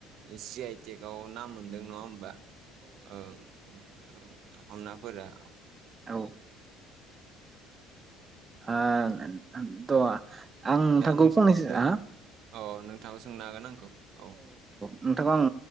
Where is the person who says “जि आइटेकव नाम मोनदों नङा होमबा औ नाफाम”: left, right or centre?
Right